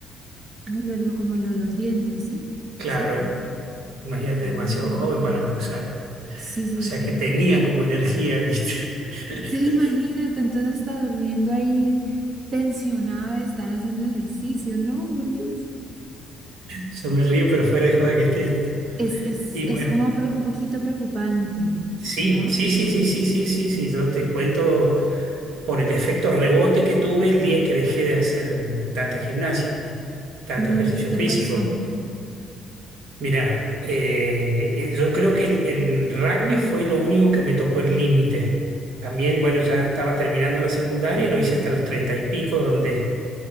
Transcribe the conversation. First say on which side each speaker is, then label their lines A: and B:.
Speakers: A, on the right; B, on the right.
A: Ah, lo, lo- como lo de los dientes, ¿sí?
B: Claro,
A: ¿Sí?
B: imagínate,
A: Uy,
B: demasiado joven
A: Dios.
B: para bruxar.
A: Sí, sí.
B: O sea que tenía como energía, ¿viste? <laughs>
A: Sí, imagínate, entonces está durmiendo ahí tensionada de estar haciendo ejercicio, ¿no? Por Dios.
B: Yo me río, pero fuera de joda que es triste.
A: Es, es,
B: Y
A: es
B: bueno,
A: como pre- un poquito preocupante,
B: sí,
A: ¿no?
B: sí, sí, sí, sí, sí, sí, sí. Yo te cuento por el efecto rebote que tuve el día que dejé de hacer tanta gimnasia, tanto
A: Bueno,
B: ejercicio
A: bueno, ¿qué te
B: físico.
A: pasó?
B: Mirá, eh, eh, yo creo que el, el rugby fue lo único que me tocó el límite. También, bueno, ya estaba terminando la secundaria y lo hice hasta los treinta y pico, donde